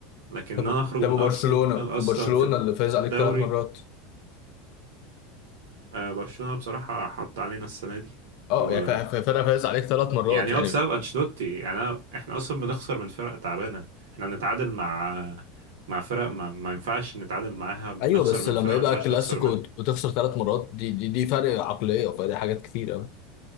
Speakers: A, on the right; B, on the left.
A: لكن إن
B: طب
A: أنا أخرج
B: طب
A: من
B: برشلونه
A: أرسنال أصلا
B: برشلونه
A: في
B: اللي فايز عليك
A: الدوري
B: ثلاث مرات
A: آه، برشلونة بصراحة حط علينا السنة دي
B: اه
A: و
B: يعني فا- فا- فرقه فايز عليك ثلاث
A: <laughs>
B: مرات
A: يعني
B: يعني
A: هو بسبب أنشيلوتي يعني أنا احنا أصلا بنخسر من فرق تعبانة احنا بنتعادل مع مع فرق ما, ما ينفعش نتعادل معاها بنخسر
B: ايوه بس
A: من
B: لما
A: فرق
B: يبقى
A: ما ينفعش
B: كلاسيكو
A: نخسر منها
B: وت- وتخسر ثلاث مرات دي دي دي فرق عقليه فدي حاجات كتيره